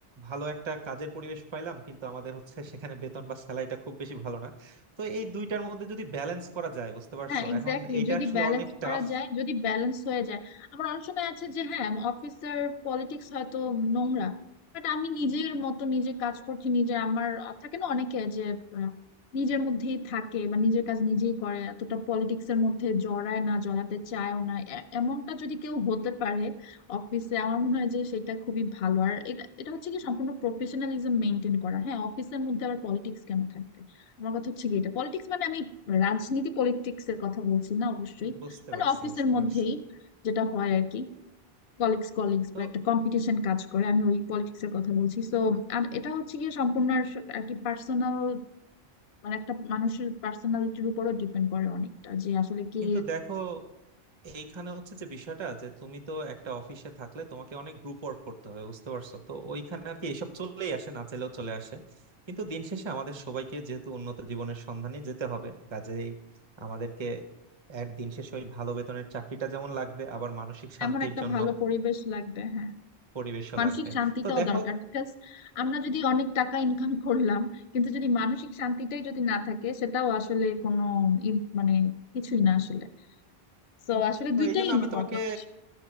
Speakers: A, on the right (about 30°); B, on the left (about 80°).
A: ভালো একটা কাজের পরিবেশ পাইলাম কিন্তু আমাদের হচ্ছে সেখানে বেতন বা স্যালারিটা খুব বেশি ভালো না তো এই দুইটার মধ্যে যদি ব্যালেন্স করা যায় বুঝতে পারছো
B: হ্যাঁ এক্স্যাক্টলি
A: এখন এইটা
B: যদি
A: আসলে
B: ব্যালেন্স
A: অনেক টাফ
B: করা যায় যদি ব্যালেন্স হয়ে যায় আমার অনেক সময় আছে যে হ্যাঁ অফিসের পলিটিক্স হয়তো নোংরা বাট আমি নিজের মতো নিজে কাজ করছি নিজের আমার থাকে না অনেকে যে আহ, নিজের মধ্যেই থাকে বা নিজের কাজ নিজেই করে এতটা পলিটিক্স এর মধ্যে জড়ায় না জড়াতে চায়ও না এ- এমনটা যদি কেউ হতে পারে অফিসে আমার মনে হয় যে সেটা খুবই ভালো আর এটা এটা হচ্ছে কি সম্পূর্ণ প্রফেশনালিজম মেনটেন করা হ্যাঁ অফিসের মধ্যে আবার পলিটিক্স কেন থাকবে আমার কথা হচ্ছে কি এটা পলিটিক্স মানে আমি রাজনীতি পলিটিক্স এর কথা বলছি না অবশ্যই
A: বুঝতে
B: মানে
A: পারছি
B: অফিসের
A: বুঝতে
B: মধ্যেই
A: পারছি
B: যেটা হয় আর কি কলিগস কলিগস
A: তো
B: বা একটা কম্পিটিশন কাজ করে আমি ওই পলিটিক্স এর কথা বলছি সো আর এটা হচ্ছে গিয়ে সম্পূর্ণ আর স- আর কি পার্সোনাল মানে একটা মানুষের পার্সোনালিটির উপরও ডিপেন্ড করে অনেকটা যে আসলে কে
A: কিন্তু দেখো এইখানে হচ্ছে যে বিষয়টা যে তুমি তো একটা অফিসে থাকলে তোমাকে অনেক গ্রুপ ওয়ার্ক করতে হয় বুঝতে পারছো তো ওইখানে আর কি এসব চলেই আসে না চাইলেও চলে আসে কিন্তু দিন শেষে আমাদের সবাইকে যেহেতু উন্নত জীবনের সন্ধানে যেতে হবে কাজেই আমাদেরকে এক দিন শেষে ওই ভালো বেতনের চাকরিটা যেমন লাগবে আবার মানসিক শান্তির
B: এমন একটা
A: জন্য
B: ভালো পরিবেশ লাগবে হ্যাঁ
A: পরিবেশও
B: মানসিক
A: লাগবে
B: শান্তিটাও
A: তো দেখো
B: দরকার বিকজ আমরা যদি অনেক টাকা ইনকাম করলাম কিন্তু যদি মানসিক শান্তিটাই যদি না থাকে সেটাও আসলে কোনো ইম- মানে কিছুই না আসলে তো আসলে
A: তো
B: দুইটাই
A: এই জন্য
B: ইম্পর্টেন্ট
A: আমি তোমাকে